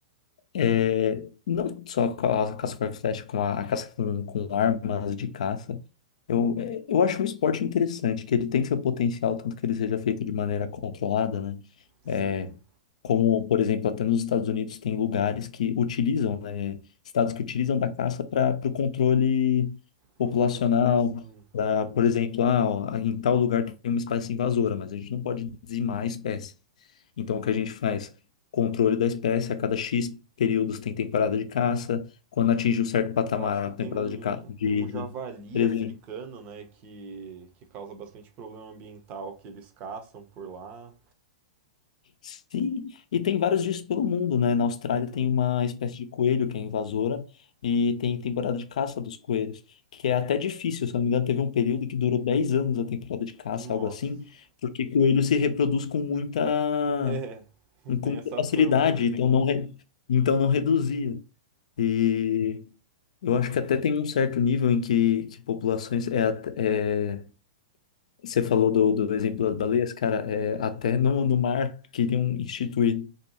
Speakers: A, on the left; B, on the right.
A: É, não só com a caça com arco e flecha, como a, a caça com, com armas de caça. Eu, é, eu acho um esporte interessante, que ele tem seu potencial, tanto que ele seja feito de maneira controlada, né?
B: Sim,
A: É, como, por exemplo, até nos Estados Unidos tem lugares que utilizam, né? Estados que utilizam da caça para o controle populacional.
B: controle, sim.
A: Pra, por exemplo, ah, ó, em tal lugar tem uma espécie invasora, mas a gente não pode dizimar a espécie. Então, o que a gente faz? controle da espécie, a cada X períodos tem temporada de caça, quando atinge um certo patamar,
B: Eu acho que
A: a
B: tem
A: temporada
B: um,
A: de caça de,
B: tem um javali
A: de presente.
B: africano, né, que, que causa bastante problema ambiental, que eles caçam por lá.
A: Sim, e tem vários disso pelo mundo, né? Na Austrália
B: Uhum.
A: tem uma espécie de coelho que é invasora e tem temporada de caça dos coelhos, que é até difícil, se eu não me engano, teve um período que durou 10 anos a temporada de caça,
B: Nossa.
A: algo assim, porque coelho se reproduz com muita,
B: É, <laughs>
A: com
B: tem
A: muita
B: essa
A: facilidade,
B: fama, né?
A: então não, re- então não reduzia. E Eu acho que até tem um certo nível em que, que populações é, at- é você falou do, do exemplo das baleias, cara, é, até no, no mar queriam instituir